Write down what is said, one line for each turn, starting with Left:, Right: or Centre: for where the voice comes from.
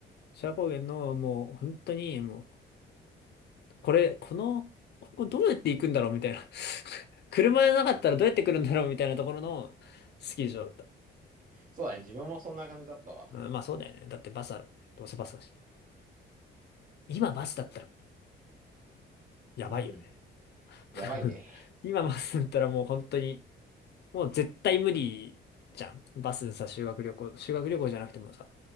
Left: 志賀高原の、もう、本当に、もう、これ、この、ここどうやって行くんだろうみたいな。<laughs> 車じゃなかったらどうやって来るんだろうみたいなところのスキー場だった。
Right: そうだね、自分もそんな感じだったわ。
Left: まあ、まあそうだよね。だってバスあるもんね。どうせバスだし。今バスだったらやばいよね。
Right: うん。やばいね。
Left: <laughs> 今バスだったらもう本当に、もう絶対無理じゃん。バスさ、修学旅行、修学旅行じゃなくてもさ、